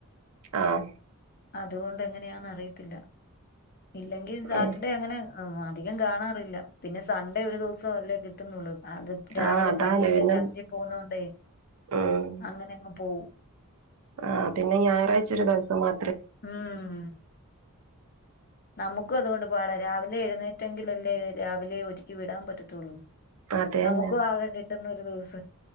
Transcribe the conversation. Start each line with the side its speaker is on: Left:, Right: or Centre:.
Right: ആഹ്
Left: അത്കൊണ്ട് എങ്ങനെയാന്നറിയത്തില്ല ഇല്ലെങ്കി സാ
Right: ഉം.
Left: ആഹ് അധികം കാണാറില്ല പിന്നെ സൺഡേ ഒരു ദൊവസം അല്ലേ കിട്ടുന്നൊള്ളൂ. അത് പ് രാവിലെ
Right: ആ അതാണ്
Left: പള്ളിയിലെ
Right: പിന്നെ
Left: ചർച്ച് പോന്നോണ്ടെ
Right: ഉം.
Left: അങ്ങനങ്ങ് പോവും.
Right: ആ പിന്നെ ഞായറാഴ്ച ഒരു ദിവസം മ
Left: മ്മ് നമുക്കും അതുകൊണ്ട് പാടാ രാവിലെ എഴുന്നേറ്റ് ങ്കിലല്ലേ രാവിലെ ഒരുക്കി വിടാൻ പറ്റത്തുള്ളൂ
Right: അതെ തന്നെ
Left: നമുക്കും ആകെ കി കിട്ടുന്നൊരു ദിവസ